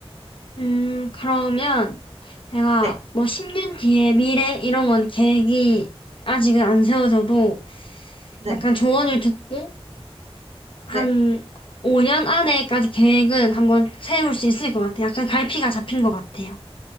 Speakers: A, on the left; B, on the right.
A: 음, 그러면 제가
B: 네,
A: 뭐 10년 뒤의 미래 이런 건 계획이 아직은 안 세워져도
B: 네,
A: 약간 조언을 듣고 한
B: 네.
A: 5년 안에까지 계획은 한번 세울 수 있을 것 같아요. 약간 갈피가 잡힌 것 같아요.